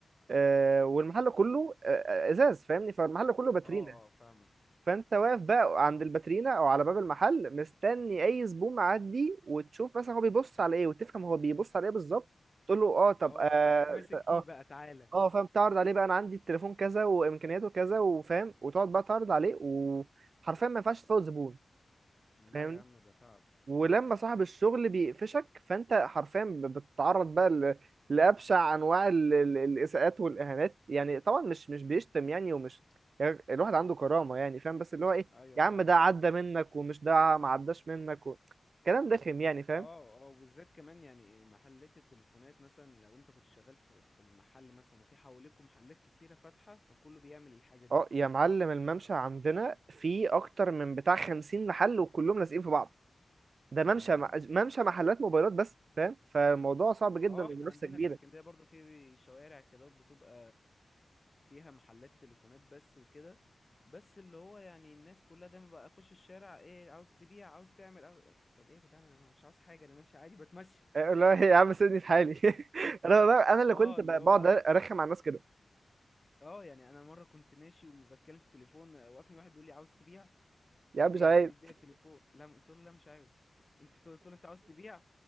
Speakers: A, on the right (about 60°); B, on the left (about 25°).
A: آه، والمحل كله آه، آه، ازاز فاهمني فالمحل كله باترينا
B: اه اه فاهمك
A: فانت واقف بقى عند الباترينا او على باب المحل مستني اي زبون معدي وتشوف مثلا هو بيبص على ايه وتفهم هو بيبص على ايه بالظبط تقول له اه طب
B: اه وتروح
A: اه
B: جاي ماسك فيه
A: اه
B: بقى تعالى
A: آه، فاهم تعرض عليه بقى انا عندي التليفون كذا وامكانياته كذا وفاهم وتقعد بقى تعرض عليه وحرفيا ما ينفعش تفوت زبون
B: لا
A: فاهمني
B: يا عم ده تعب
A: ولما
B: تعب
A: صاحب الشغل بيقفشك فانت حرفيا ب- بتتعرض بقى ل- لابشع انواع ال- ال- الاساءات والاهانات يعني طبعا مش مش بيشتم يعني ومش يعني الواحد عنده كرامه يعني فاهم بس اللي هو ايه
B: ايوه
A: يا
B: فاهمك
A: عم ده عدى منك ومش ده ما عداش منك و... كلام دخم يعني فاهم
B: اه اه وبالذات كمان يعني محلات التليفونات مثلا لو انت كنت شغال في في المحل مثلا وفي حواليكوا محلات كتيرة فاتحة فكله بيعمل الحاجة دي
A: اه يا معلم الممشى عندنا فيه اكتر من بتاع 50 محل وكلهم لازقين في بعض ده
B: يا
A: ممشى
B: لهوي
A: مع- ممشى محلات موبايلات بس فاهم فالموضوع صعب جدا
B: اه احنا
A: ومنافسه
B: عندنا
A: كبيره
B: في اسكندرية برضو في شوارع كده بتبقى فيها محلات تليفونات بس وكده بس اللي هو يعني الناس كلها دايما بقى اخش الشارع ايه عاوز تبيع عاوز تعمل عاوز... طب ايه يا جدعان انا مش عاوز حاجة انا ماشي عادي بتمشى
A: لا يا عم سيبني في حالي <laughs> انا والله- انا اللي
B: اه
A: كنت
B: اللي
A: ب-
B: هو
A: بقعد ارخم على الناس كده
B: اه يعني انا مره كنت ماشي وبتكلم في التليفون آه، وقفني واحد بيقول لي عاوز تبيع قلت
A: يا
B: له
A: عم
B: ابيع
A: مش عايز
B: ايه قال لي بيع التليفون لا قلت له لا مش عاوز انت قلت له انت عاوز تبيع